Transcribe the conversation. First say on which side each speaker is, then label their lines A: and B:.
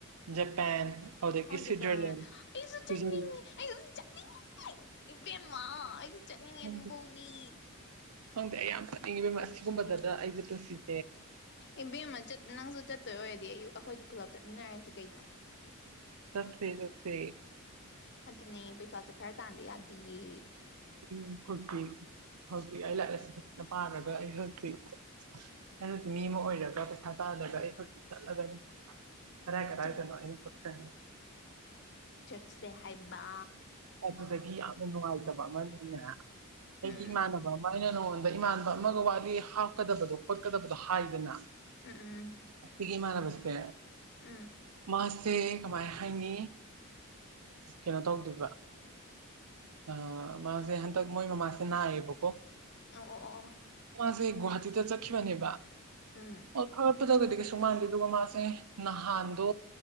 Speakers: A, on the right; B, on the left.
A: ꯖꯄꯥꯟ ꯑꯗꯨꯗꯒꯤ
B: ꯑꯣ
A: ꯁ꯭ꯋꯤꯖꯔꯂꯦꯟ
B: ꯖꯄꯥꯟ ꯑꯩꯁꯨ
A: ꯁ꯭ꯋꯤꯖꯔ
B: ꯆꯠꯅꯤꯡꯉꯦ ꯑꯩꯁꯨ ꯆꯠꯅꯤꯡꯉꯦ ꯏꯕꯦꯝꯃ ꯑꯩꯁꯨ ꯆꯠꯅꯤꯡꯉꯦ
A: ꯈꯪꯗꯦ
B: ꯑꯗꯨꯐꯧꯗꯤ
A: ꯈꯪꯗꯦ ꯑꯩ ꯌꯥꯝ ꯆꯠꯅꯤꯡꯉꯤꯕ ꯑꯁꯤꯒꯨꯝꯕꯗ ꯑꯩꯁꯦ ꯄꯨꯟꯁꯤ
B: ꯏꯕꯦꯝꯅ ꯆꯠ ꯅꯪꯁꯨ ꯆꯠꯇꯣꯏ ꯑꯣꯏꯔꯗꯤ ꯑꯩ ꯑꯩꯈꯣꯏ ꯄꯨꯂꯞ ꯆꯠꯃꯤꯟꯅꯔꯁꯦ ꯀꯩꯅꯣ
A: ꯆꯠꯁꯦ ꯆꯠꯁꯦ
B: ꯑꯗꯨꯅꯦ ꯄꯩꯁꯥꯥꯁꯦ ꯈꯔ ꯇꯥꯟꯗ ꯌꯥꯗꯤꯌꯦ
A: ꯎꯝ ꯑꯣꯀꯦ ꯍꯧꯖꯤꯛꯇꯤ ꯑꯩ ꯂꯥꯛꯑꯑꯦꯁꯦ ꯄꯥꯒꯔꯒ ꯑꯩꯁꯨ ꯇꯤꯛ ꯑꯩ ꯍꯧꯖꯤꯛ ꯃꯤ ꯑꯃ ꯑꯣꯏꯔꯒ ꯄꯩꯁꯥ ꯇꯥ ꯑꯗꯨꯗ ꯑꯩꯁꯨ ꯆꯠꯂꯒꯅꯤ ꯀꯗꯥꯏ ꯀꯗꯥꯏꯗꯅꯣ
B: ꯆꯠ
A: ꯑꯩ ꯆꯠꯀꯅꯤ
B: ꯁ꯭ꯔꯦ ꯍꯥꯏꯃ
A: ꯑꯗꯨꯗꯒꯤ ꯌꯥꯝꯅ ꯅꯨꯡꯉꯥꯏꯇꯕ ꯑꯃꯅꯦꯅꯦ ꯑꯩꯒꯤ
B: ꯎꯝ
A: ꯏꯃꯥꯟꯅꯕ ꯑꯃ ꯑꯩꯅ ꯅꯉꯣꯟꯗ ꯏꯃꯥꯟꯕ ꯑꯃꯒ ꯋꯥꯠꯂꯤ ꯍꯥꯞꯀꯗꯕꯗꯣ ꯈꯣꯠꯀꯗꯕꯗꯣ ꯍꯥꯏꯗꯅ
B: ꯎꯝ ꯎꯝ
A: ꯁꯤꯒꯤ ꯏꯃꯥꯅꯕꯁꯦ
B: ꯎꯝ
A: ꯃꯥꯁꯦ ꯀꯃꯥꯏ ꯍꯥꯏꯅꯤ ꯀꯩꯅꯣ ꯇꯧꯗꯣꯏꯕ ꯑ ꯃꯥꯁꯦ ꯍꯟꯇꯛ ꯃꯣꯏ ꯃꯃꯥꯁꯦ ꯅꯥꯢꯌꯦꯕꯀꯣ
B: ꯑꯣ ꯑꯣ ꯑꯣ
A: ꯑꯩ ꯒꯨꯍꯋꯥꯇꯤꯗ ꯆꯈꯈꯤꯕꯅꯦꯕ
B: ꯎꯝ
A: ꯑꯇ꯭ꯔꯠ ꯐꯖꯒꯗꯤ ꯀꯩꯁꯨ ꯃꯥꯟꯗꯦ ꯑꯗꯨꯒ ꯃꯥꯁꯦ ꯅꯍꯥꯟꯗꯣ